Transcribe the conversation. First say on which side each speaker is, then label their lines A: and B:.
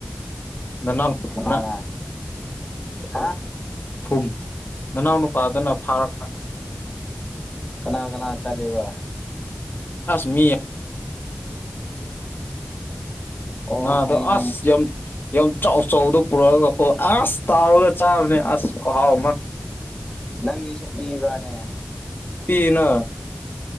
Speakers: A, on the left; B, on the left.
A: ꯅꯅꯥꯎ ꯅꯨꯄꯥꯅ
B: ꯀꯅꯅꯥ ꯍꯥ
A: ꯐꯨꯝ ꯅꯅꯥꯎ ꯅꯨꯄꯥꯗꯨꯅ ꯐꯥꯔꯛꯄ
B: ꯀꯅꯥ ꯀꯅꯥ ꯆꯠꯂꯤꯕ
A: ꯑꯁ ꯃꯤ
B: ꯑꯣ
A: ꯉꯥꯗꯣ
B: ꯈꯪꯉꯦ ꯈꯪꯉꯦ
A: ꯑꯁ ꯌꯥꯝ ꯀꯤ ꯌꯥꯝ ꯆꯥꯎ ꯆꯥꯎꯗ ꯄꯨꯔꯛꯑꯒ ꯀꯣ ꯑꯁ ꯇꯥꯎꯔꯒ ꯆꯥꯕꯅꯦ ꯑꯁ ꯈꯨꯍꯥꯎ ꯑꯃ
B: ꯅꯪꯒꯤꯁꯨ ꯄꯤꯕꯔꯅꯦ
A: ꯄꯤꯅ